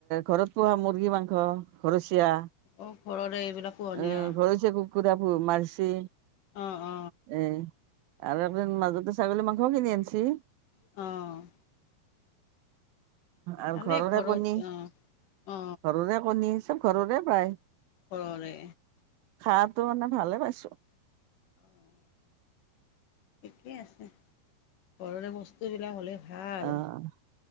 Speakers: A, on the right (about 80°); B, on the left (about 60°).
A: ঘৰত পোহা মুৰ্গী মাংস ঘৰচীয়া।
B: অহ ঘৰৰে এইবিলাক- পোহনীয়া
A: অঁ' ঘৰচীয়া কুকুৰাবোৰ মাৰিছে।
B: অঁ অঁ'
A: এঁ আৰু আপোনাৰ মাজতে ছাগলী মাংসও কিনি আনছি।
B: অঁ'
A: আৰু
B: ভালেই
A: ঘৰৰে
B: ঘৰত
A: কণী,
B: অ অ
A: ঘৰৰে কণী চব ঘৰৰে পায়।
B: ঘৰৰে।
A: খাৱাটো মানে ভালে পাইছো।
B: অঁ' ঠিকেই আছে। ঘৰৰে বস্তুবিলাক হ'লে- ভাল
A: অঁ